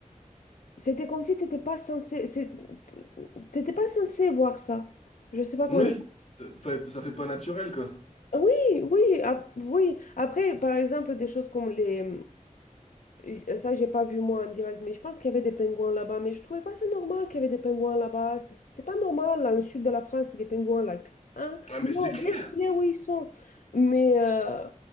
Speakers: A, on the left; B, on the left.
A: C'était comme si tu n'étais pas censé... c'est- T'étais pas censé voir ça. Je sais pas
B: oui,
A: comment dire.
B: ça fait ça fait pas naturel quoi.
A: Oui, oui, ap- oui. Après, par exemple, des choses comme les... euh, Ça, j'ai pas vu moi en direct, mais je pense qu'il y avait des pingouins là-bas. Mais je trouvais pas ça normal qu'il y avait des pingouins là-bas. C- C'était pas normal dans le sud de la France qu'il y ait des pingouins là. Hein?
B: Ah mais
A: Non,
B: c'est clair,
A: laisse-les où ils sont. Mais, euh,